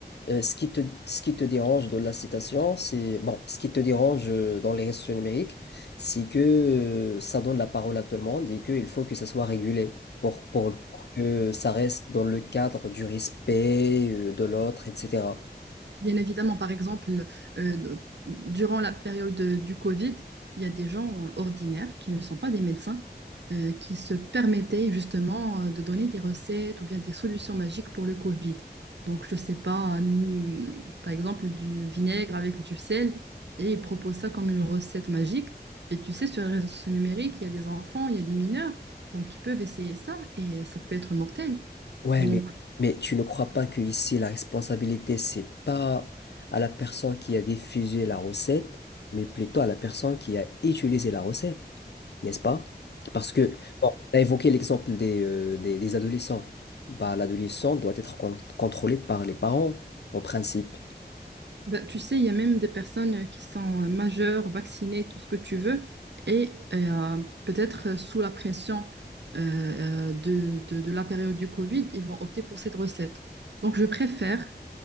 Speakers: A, on the left; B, on the right.
A: euh, ce qui te, ce qui te dérange de la citation, c'est, bon, ce qui te dérange euh, dans les réseaux sociaux numériques, c'est que euh, ça donne la parole à tout le monde et qu'il faut que ça soit régulé pour, pour, pour que ça reste dans le cadre du respect euh, de l'autre, etc.
B: Bien évidemment, par exemple, euh, durant la période euh, du Covid, il y a des gens euh, ordinaires qui ne sont pas des médecins, euh, qui se permettaient justement euh, de donner des recettes ou bien des solutions magiques pour le Covid. Donc, je ne sais pas, hum, par exemple, du vinaigre avec du sel, et ils proposent ça comme une recette magique. Et tu sais, sur les réseaux sociaux numériques, il y a des enfants, il y a des mineurs, donc ils peuvent essayer ça, et ça peut être mortel.
A: Ouais,
B: Donc,
A: mais, mais tu ne crois pas que ici la responsabilité, c'est pas à la personne qui a diffusé la recette, mais plutôt à la personne qui a utilisé la recette, n'est-ce pas? Parce que, bon, tu as évoqué l'exemple des, euh, des, des adolescents. Bah, l'adolescent doit être con- contrôlé par les parents, en principe.
B: Ben, tu sais, il y a même des personnes euh, qui sont euh, majeures, vaccinées, tout ce que tu veux, et euh, peut-être euh, sous la pression euh, euh, de, de- de la période du Covid, ils vont opter pour cette recette. Donc, je préfère